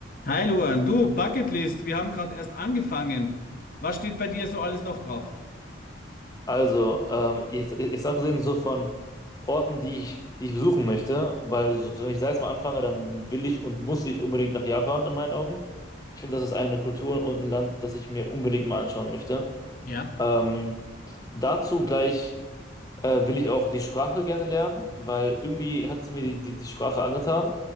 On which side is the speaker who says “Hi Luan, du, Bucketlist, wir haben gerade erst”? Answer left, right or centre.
Left